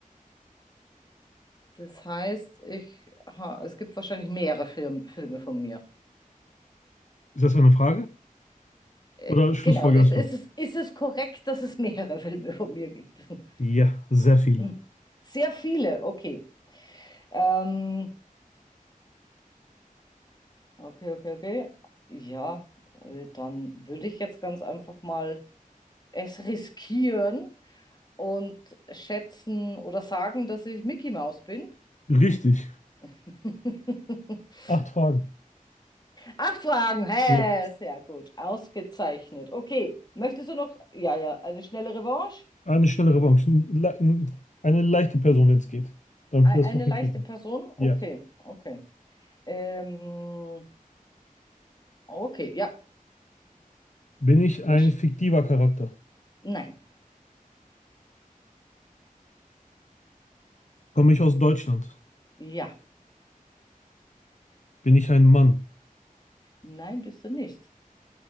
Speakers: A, on the left; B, on the left.
A: Das heißt, ich, ha, es gibt wahrscheinlich mehrere Film, Filme von mir.
B: Ist das eine Frage?
A: Äh,
B: Oder schlussfolgerst
A: genau, ist, ist,
B: du?
A: es- ist es korrekt, dass es mehrere Filme von mir gibt? <laughs>
B: Ja, sehr viele.
A: Hm. Sehr viele, okay. Ähm, okay, okay, okay. Ja, äh, dann würde ich jetzt ganz einfach mal es riskieren und schätzen oder sagen, dass ich Mickey Mouse bin.
B: Richtig.
A: <laughs>
B: Acht Fragen.
A: Acht Fragen, hä,
B: Ja.
A: sehr gut, ausgezeichnet. Okay, möchtest du noch, ja, ja, eine schnelle Revanche?
B: Ah, Eine schnelle Revanche. Ein le- ein- Eine leichte Person, wenn es geht. Damit
A: E-
B: wir
A: Eine
B: das noch hinkriegen.
A: leichte Person?
B: Ja.
A: Okay, okay. Ähm, okay, ja.
B: Bin ich
A: Wer
B: ein
A: schießt?
B: fiktiver Charakter?
A: Nein,
B: Komme ich aus Deutschland?
A: ja,
B: Bin ich ein Mann?
A: nein, bist du nicht.